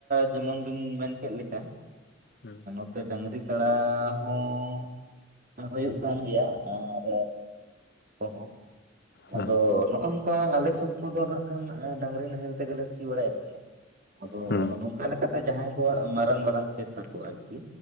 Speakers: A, on the right; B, on the left.
A: ᱡᱮᱢᱚᱱ ᱵᱤᱱ ᱢᱮᱱ ᱠᱮᱫ ᱞᱮᱠᱟ᱾
B: ᱦᱩ
A: ᱰᱟᱝᱨᱤ ᱠᱟᱲᱟ ᱦᱚᱸ ᱦᱩᱭᱩᱜ
B: ᱦᱩᱸ
A: ᱠᱟᱱ ᱜᱮᱭᱟ, ᱟᱨ ᱠᱚᱸᱦᱚ
B: ᱦᱮᱸ
A: ᱟᱫᱚ ᱱᱚᱜ ᱱᱚᱝᱠᱟ ᱟᱞᱮ ᱥᱚᱵ ᱠᱚᱫᱚ ᱦᱟᱸᱜ ᱠᱷᱟᱱ ᱰᱟᱝᱨᱤ ᱱᱟᱦᱮᱞ ᱛᱮᱜᱮᱞᱮ ᱥᱤ ᱵᱟᱲᱟᱭᱮᱫ ᱜᱮᱭᱟ᱾ ᱟᱫᱚ
B: ᱦᱩᱸ
A: ᱱᱚᱝᱠᱟ ᱞᱮᱠᱟᱛᱮ ᱡᱟᱦᱟᱸᱭ ᱠᱚᱣᱟᱜ ᱢᱟᱨᱟᱝ ᱢᱟᱨᱟᱝ ᱠᱷᱮᱛ ᱛᱟᱠᱚ ᱟᱨᱠᱤ